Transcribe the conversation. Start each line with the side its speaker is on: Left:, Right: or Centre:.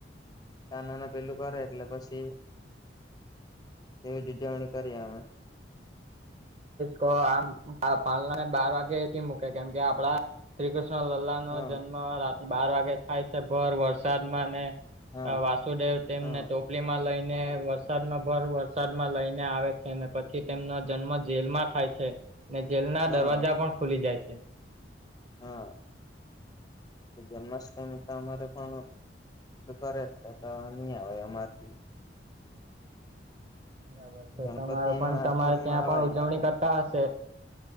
Left: ના નાના પેલું કરે એટલે પછી એવી ઉજવણી કરીએ અમે
Right: કો આમ પાલા ને બાર વાગેથી મૂકે કેમ કે આપડા શ્રી કૃષ્ણ લલ્લા નો
Left: હા
Right: જન્મ રાત બાર વાગે થાય છે, ભર વરસાદમાં ને
Left: હા
Right: હ વા સુદેવ તેમને
Left: હા
Right: ટોપલીમાં લઈને વરસાદમાં ભર વરસાદમાં લઈને આવે છેને, પછી તેમનો જન્મ જેલમાં થાય છેને, જેલ ના
Left: હા
Right: દરવાજા પણ ખુલી જાય છે. <unintelligible>
Left: હા જન્માષ્ટમી તો અર પણણ કરે એટલે તો નહી, આવેય અમારથી
Right: બરાબર છે,
Left: ગણપતિ
Right: તમરુ
Left: એમાં
Right: પણ
Left: આગમનમાં
Right: તમારે ત્યાં
Left: આવાય
Right: પણ ઉજવણી કર હશે